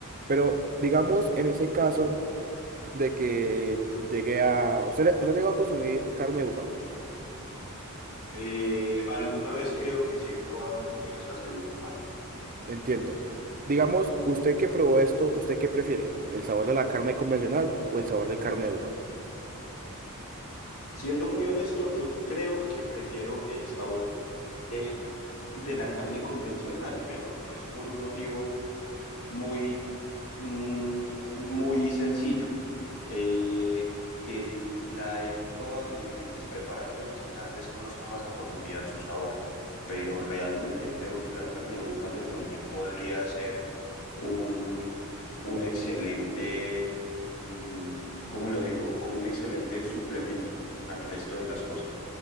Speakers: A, on the right (about 40°); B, on the left (about 85°).
A: Pero digamos en ese caso de que llegué a, usted, usted llegó a consumir carne de búfalo,
B: Eh, alguna vez creo que sí he probado hamburguesas de búfalo.
A: entiendo. Digamos, usted que probó esto, ¿usted qué prefiere? ¿El sabor de la carne convencional o el sabor de carne de búfalo?
B: Siendo muy honesto, yo creo que prefiero el sabor de, de la carne convencional, pero es por un motivo muy Mm, muy sencillo, eh, que la he probado en diferentes preparaciones y tal vez conozco más a profundidad su sabor, pero realmente creo que la carne de búfalo también podría ser un, un excelente, mm, ¿cómo lo digo? Como un excelente suplemento al resto de las cosas.